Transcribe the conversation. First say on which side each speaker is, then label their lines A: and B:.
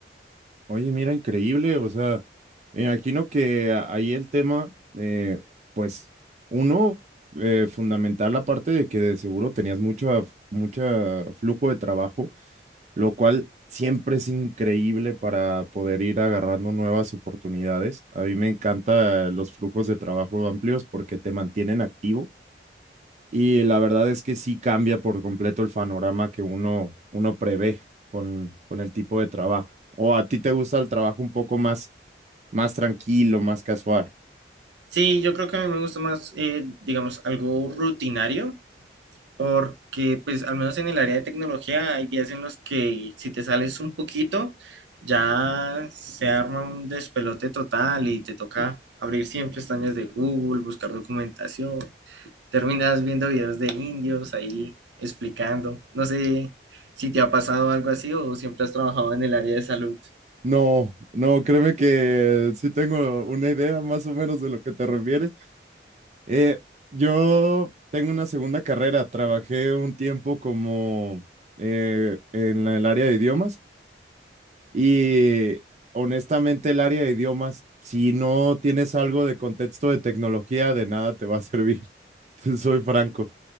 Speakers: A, on the right; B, on the right.
A: Oye, mira, increíble, o sea, me imagino que a- ahí el tema, eh, pues, uno, eh, fundamental la parte de que de seguro tenías mucho, af- mucha flujo de trabajo, lo cual siempre es increíble para poder ir agarrando nuevas oportunidades. A mí me encantan los flujos de trabajo amplios porque te mantienen activo y la verdad es que sí cambia por completo el panorama que uno, uno prevé con, con el tipo de trabajo. ¿O a ti te gusta el trabajo un poco más, más tranquilo, más casual?
B: Sí, yo creo que a mí me gusta más, eh, digamos, algo rutinario porque pues al menos en el área de tecnología hay días en los que si te sales un poquito ya se arma un despelote total y te toca abrir siempre pestañas de Google, buscar documentación, terminas viendo videos de indios ahí explicando, no sé si te ha pasado algo así o siempre has trabajado en el área de salud.
A: No, no, créeme que sí tengo una idea más o menos de lo que te refieres. Eh, yo tengo una segunda carrera, trabajé un tiempo como eh, en la- el área de idiomas Y honestamente, el área de idiomas, si no tienes algo de contexto de tecnología, de nada te va a servir. <laughs> Te Soy franco.